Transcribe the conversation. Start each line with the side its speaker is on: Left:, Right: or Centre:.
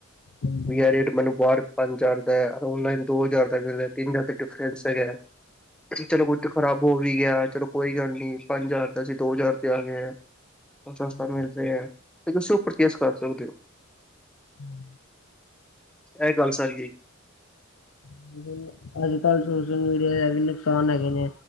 Left: ਹਾਂਜੀ
Centre: ਵੀ ਐ ਰੇਟ ਮੈਨੂੰ ਬਾਹਰ ਪੰਜ ਹਜ਼ਾਰ ਦਾ, ਔਨਲਾਈਨ ਦੋ ਹਜ਼ਾਰ ਤੱਕ ਮਿਲਦਾ, ਤਿੰਨ ਹਜ਼ਾਰ ਤੱਕ ਡਿਫਰੈਂਸ ਹੈਗਾ, ਚਲੋ
Left: ਹਾਂਜੀ
Centre: ਕੁਛ ਤਾ ਖਰਾਬ ਹੋ ਵੀਹ ਹਜਾਰ ਚਲੋ ਕੋਈ ਗੱਲ ਨੀ, ਪੰਜ ਹਜ਼ਾਰ ਦਾ ਅਸੀਂ ਦੋ ਹਜ਼ਾਰ ਤੇ ਆਗੇ ਆਂ। ਸਸਤਾ
Left: ਹਾਂਜੀ
Centre: ਮਿਲ ਰਿਹਾ, ਫਿਰ ਤੁਸੀ ਓ ਪਰਚੇਸ ਕਰ ਸਕਦੇ ਓ।
Left: ਹੂੰ
Centre: ਐ ਗੱਲ ਸਾਰੀ ਹੈ ਈ।
Left: <unintelligible> ਅੱਜ-ਕਲ ਸੋਸ਼ਲ ਮੀਡੀਆ ਦੇ ਐ ਵੀ ਨੁਕਸਾਨ ਹੈਗੇ ਨੇ।